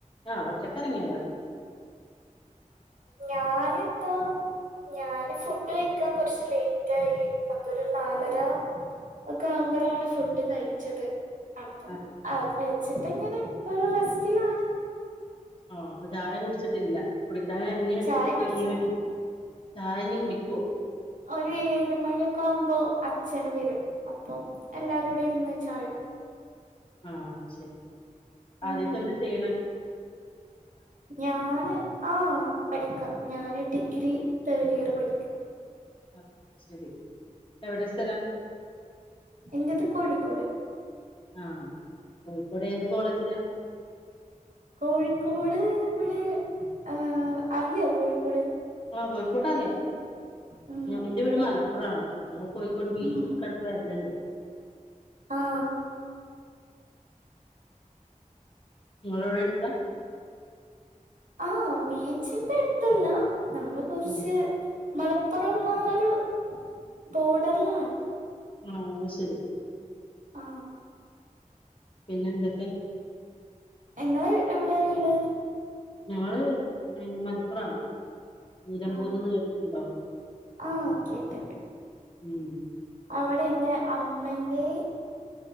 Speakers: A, on the left (about 40°); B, on the right (about 75°).
A: ആ ഒറ്റക്കറങ്ങിയതാ
B: ഞാന് എത്താ ഞാന് ഫുഡ് കഴിക്കാൻ കുറച് ലൈ റ്റയി അപ്പൊ ഒരു നാലര ഒക്കെ ആവുമ്പോഴാണ് ഫുഡ് കഴിച്ചത് അപ്പം
A: ആഹ്
B: ആ കഴിച്ചിട്ട് ഇങ്ങനെ ഒരു റെസ്റ്റിലാണ്
A: ആ അപ്പൊ ചായ കുടിച്ചിട്ടില്ല കുടിക്കാൻ ഇ
B: ചായ കുടിച്ചില്ല
A: ഈവൻ ചായ ഇഞ് കുടിക്കുവോ
B: ഒരു ഏഴു മണിയൊക്കെ ആവുമ്പോ അച്ഛന് വരും അപ്പം എല്ലാരും കൂടെ ഇരുന്ന് ചായ
A: ആ ശരി
B: ഉം
A: ആദ്യത്തെ എന്ത് ചെയ്യണ
B: ഞാന് ആ പഠിക്കാ ഞാന് ഡിഗ്രി തേർഡ് ഇയർ പഠിക്കാ
A: ആഹ് ശരി എവിടെ സ്ഥലം
B: ഇന്റെത് കോഴിക്കോട്
A: ആ കോഴിക്കോട് ഏത് കോളേജിലാ
B: കോഴിക്കോട് ഇവിടെ ആ അറിയോ കോഴിക്കോട്
A: ആ കോഴിക്കോട് അറിയാ
B: ഉം
A: എന്റെ
B: ഇവിടെ
A: വീട് മലപ്പുറാണ് നമ്മൾ കോഴിക്കോട് ബീച്ചക്ക
B: ഉം
A: എടക്ക് വരലണ്ട് <inaudible>
B: ആ
A: നിങ്ങളവിടെ അടുത്താ
B: ആ ബീച്ചിന്റെ അടുത്തല്ല നമ്മള് കുറച്ച്
A: ഉം
B: മലപ്പുറമാരു ബോർഡറിലാണ്
A: ആ ശരി
B: ആ
A: പിന്നെ എന്തൊക്കെ
B: ഇങ്ങള് എവിടെയാ വീട്
A: ഞങ്ങള് ഏ മലപ്പുറാണ് നിലമ്പൂർന്ന്
B: ആ
A: കേട്ടിട്ടുണ്ടോ
B: ആ കേട്ടുണ്ട്
A: ഉം
B: അവിടെ എൻറെ അമ്മന്റെ